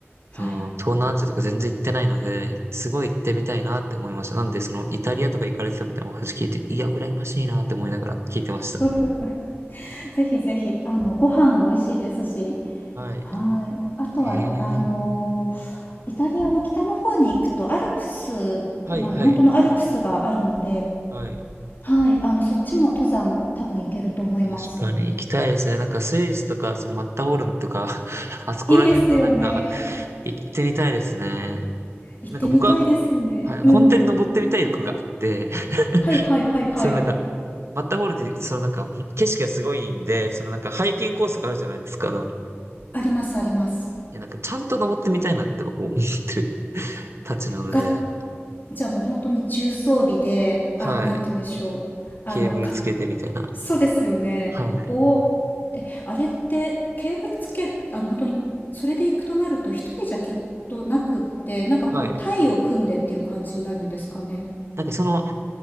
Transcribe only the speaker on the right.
その東南アジアとか全然行ってないので、
すごい行ってみたいなって思いました。なんで、そのイタリアとか行かれてたみたいなお話聞いて、いや、羨ましいなって思いながら聞いてました。
は
い。
ええ
はいはい。
はい。
確かに行きたいですね。なんかスイスとか、そのマッターホルンとか、<laughs> あそこら辺のなんか、
行ってみたいですね。
なんか僕は、はい、
本当に登ってみたい欲があって、<laughs>
そのなんか、マッターホルンって、そのなんか、景色がすごいんで、そのなんか、ハイキングコースがあるじゃないですか。あの、い
や、なんか、ちゃんと登ってみたいなって僕も思ってるたちなので、
はい。
ケーブルつけてみたいな。
はい。
はい。なんかその